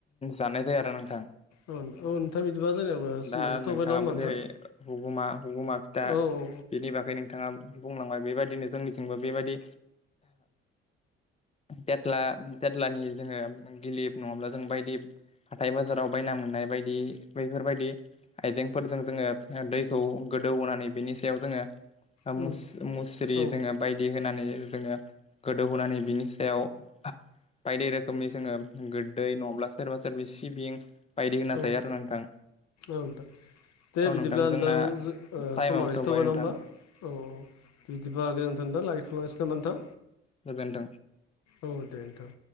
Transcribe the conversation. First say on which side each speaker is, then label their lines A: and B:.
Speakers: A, on the left; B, on the left.
A: जानाय जायो आरोना नोंथां
B: औ औ नोंथां बिदिबा जोंनियाबो समा
A: दा
B: एसे थौबाय
A: नोंथाङाबो
B: नङा होमबा नोंथां
A: जेरै हुगुमा हुगुमा फिथा
B: औ औ
A: बिनि बागै नोंथाङा बुंलांबाय बेबायदिनो जोंनिथिंबो बेबायदि थेथला तेथ्लानि जोङो गिलिप नङाब्ला जों बायदि हाथाय बाजाराव बायना मोननाय बायदि बैफोरबायदि आइजेंफोरजों जोङो दैखौ गोदौ होनानै बिनि सायाव जोङो ओ
B: औ
A: मुस मुस्रि
B: औ
A: जोंङो होनानै जोङो गोदौहोनानै बिनि सायाव बायदि रोखोमनि जोङो गोददै नङाब्ला सोरबा सोरबि सिबिं बायदि होना
B: औ
A: जायो आरोना नोंथां।
B: नोंथां दे
A: औ
B: बिदिब्ला नोंथां
A: जोंना
B: जो ओ
A: टाइमाव
B: समाव एसे
A: थौबाय
B: थाबाय
A: नोंथां
B: नङा होमबा औ बिदिबा गोजोन्थो दा लागिथ'लांसै नामा नोंथां
A: गोजोन्थों
B: औ दे नोंथां।